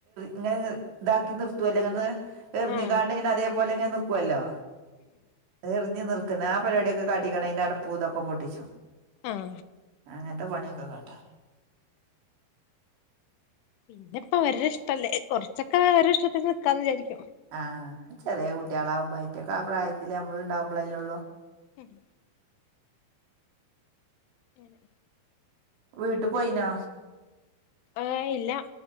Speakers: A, on the right; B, on the left.
A: ഇങ്ങനെ ഇതാക്കി നിർത്തോല്ലലോന്ന് <unintelligible> എറിഞ്ഞിക്കാണ്ട്ങ്ങനെ
B: ആ
A: അതേപോലെങ്ങനെ നിക്ക്വല്ലോ? എർഞ്ഞ് നിർത്ത്ണ്. ആ പരിപാട്യൊക്കെ കാട്ടിക്കാണ്ട് അയ്ന്റെ അടപ്പൂ തൊക്കെ പൊട്ടിച്ചും
B: ഉം
A: അങ്ങൻത്തെ പണ്യൊക്ക കാട്ടും.
B: പിന്നെ പ്പ അവര്ടെ ഇഷ്ടല്ലേ. കൊർച്ചൊക്കെ അവര്ടെ ഇഷ്ടത്തിന് നിക്കാന്ന് വിചാരിക്കും.
A: ആഹ്, ചെറ്യേ കുട്ട്യാളാവുമ്പം അയിറ്റക്ക് ആ പ്രായത്തില് അമ്മള് ണ്ടാവുമ്പളല്ലേ ഉള്ളൂ.
B: ഹ് ഹ് ഏഹെ
A: വീട്ട് പോയിനോ?
B: ഏഹ് ഇല്ല